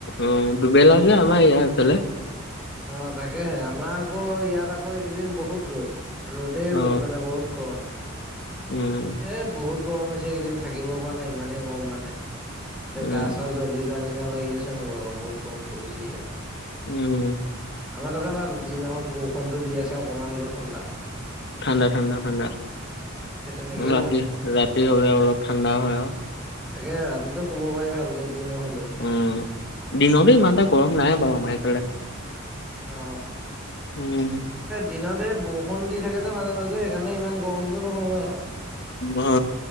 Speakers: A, on the left; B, in the centre.
A: অ দুবেলা যে আমাৰ ইয়া আছিলে
B: অ তাকে আমাৰ আকৌ ইয়াত আকৌ এইকেইদিন বহুত ৰ'দ ৰ'দেই
A: অ
B: ৰ'দ মানে বহুত গৰম
A: উম
B: এ বহুত গৰম হৈছে এই কেইদিন থাকিব পৰা নাই ইমানেই গৰম মানে। এয়া
A: উম
B: গা চা জ্বলি যোৱা নিচিনা লাগি গৈছে মোৰ ভাগত বহুত কম পৰিছে ইয়াত
A: উম,
B: আমাৰ তাতে ভাল যি দিনাখন বৰষুণটো দি আছে অকণমান হলেও ঠাণ্ডা।
A: ঠাণ্ডা ঠাণ্ডা ঠাণ্ডা
B: সেই তেনেকেই
A: ৰাতি
B: ভাল।
A: ৰাতি হ'লে অলপ ঠাণ্ডা হয় আৰু
B: তাকে ৰাতিতটো শুব পাৰি ভালকে যি নহ'লেও।
A: উম দিনতো ইমানটা গৰম নাই বাৰু আমাৰফালে
B: অ
A: উম
B: দিনতে বৰষুণ দি থাকে যে মাজে মাজে সেইকাৰণে ইমান গৰমটো নহয় বাৰু
A: অ